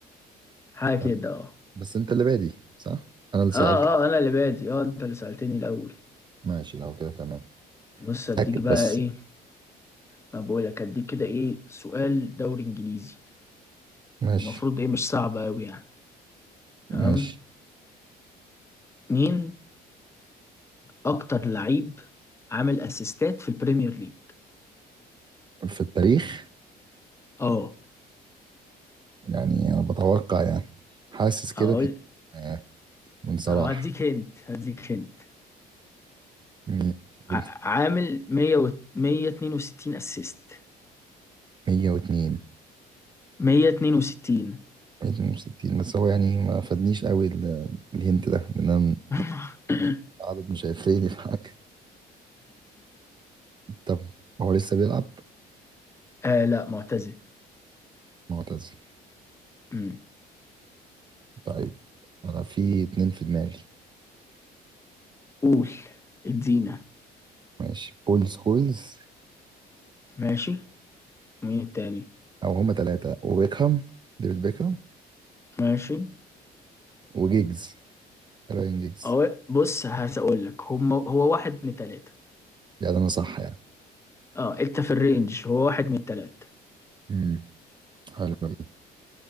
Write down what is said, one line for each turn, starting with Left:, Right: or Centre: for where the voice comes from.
Left: حاجه
Right: طيب،
Left: كده اه
Right: بس انت اللي بادي صح؟ انا اللي سألت
Left: اه اه انا اللي بادي اه انت اللي سالتني الاول
Right: ماشي لو كده تمام
Left: بص اديك
Right: أكد
Left: بقى
Right: بس
Left: ايه ما بقول لك اديك كده ايه سؤال دوري انجليزي
Right: ماشي
Left: المفروض ايه مش صعب قوي يعني
Right: ماشي
Left: تمام مين اكتر لعيب عامل اسيستات في البريمير ليج
Right: في التاريخ
Left: اه
Right: يعني انا بتوقع يعني حاسس كده
Left: اقول
Right: تي آه، من صلاح
Left: هديك هنت هديك هنت
Right: مين قول
Left: ع- عامل 100 و 162 اسيست
Right: 102
Left: 162
Right: 162 بس هو يعني ما فادنيش قوي ال- الهنت ده لان انا م-
Left: <laughs>
Right: العدد مش هيفرق لي في حاجه طب هو لسه بيلعب
Left: آه لا معتزل
Right: معتزل
Left: أمم.
Right: طيب انا في اتنين في دماغي
Left: قول ادينا
Right: ماشي بول سكولز
Left: ماشي مين التاني
Right: او هما تلاتة وبيكهام ديفيد بيكهام
Left: ماشي
Right: وجيجز راين جيجز
Left: أو بص هقول لك هم هو واحد من التلاتة
Right: يعني انا صح يعني
Left: اه انت في الرينج هو واحد من التلاتة
Right: امم حلو دي